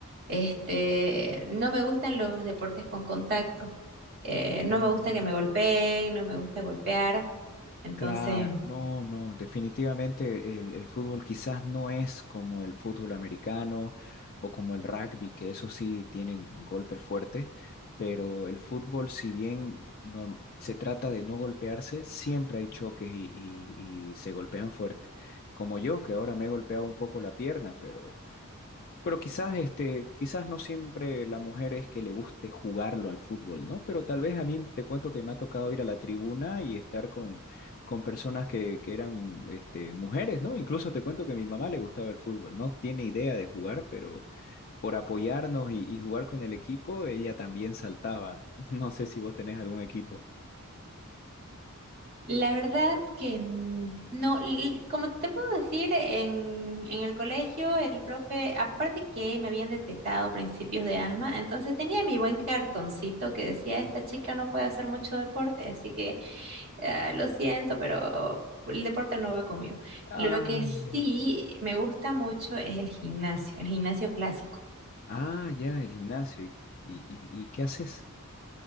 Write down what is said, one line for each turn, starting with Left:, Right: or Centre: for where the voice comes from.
Right: este, no me gustan los deportes con contacto. Eh, no
Left: Oh.
Right: me gusta que me golpeen, no me gusta golpear, entonces
Left: Claro, no, no, definitivamente el, el fútbol quizás no es como el fútbol americano o como el rugby, que eso sí tienen golpes fuertes, pero el fútbol, si bien norm- se trata de no golpearse, siempre hay choques y, y- y se golpean fuerte. Como yo, que ahora me he golpeado un poco la pierna, pero pero quizás, este, quizás no siempre la mujer es que le guste jugarlo al fútbol, ¿no? Pero tal vez a mí te cuento que me ha tocado ir a la tribuna y estar con, con personas que, que eran, este, mujeres, ¿no? Incluso te cuento que a mi mamá le gustaba el fútbol, no tiene idea de jugar, pero por apoyarnos y, y jugar con el equipo, ella también saltaba. <laughs> No sé si vos tenés algún equipo.
Right: La verdad que n- no, l- como te puedo decir, en, en el colegio el profe, aparte que me habían detectado principios de asma, entonces tenía mi buen cartoncito que decía, esta chica no puede hacer mucho deporte, así que ah, lo siento, pero el deporte no va conmigo.
Left: Ah,
Right: Lo que sí
Left: ya.
Right: me gusta mucho es el gimnasio, el gimnasio clásico.
Left: Ah, ya, el gimnasio. ¿Y, y, y- qué haces?